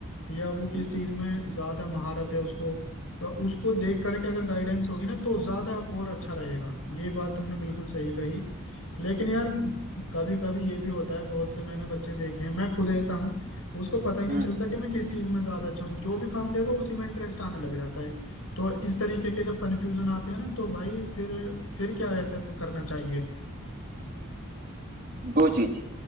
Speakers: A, on the left; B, on the right.
A: या वो किस
B: हम्म,
A: चीज़ में ज़्यादा महारत है उसको तो उसको देख करके अगर गाइडेंस होगी ना तो ज़्यादा और अच्छा रहेगा ये बात तुमने बिल्कुल सही कही लेकिन यार कभी कभी ये भी होता है बहुत से मैंने बच्चे देखे हैं मैं खुद ऐसा हूँ उसको पता ही नहीं
B: हम्म,
A: चलता कि मैं किस चीज़ में ज़्यादा अच्छा हूँ जो भी काम दे दो उसी में इंटरेस्ट आने लग जाता है तो इस तरीके के जब कन्फ्यूजन आते हैं ना तो भाई फिर फिर क्या ऐसा करना चाहिए
B: दो चीजें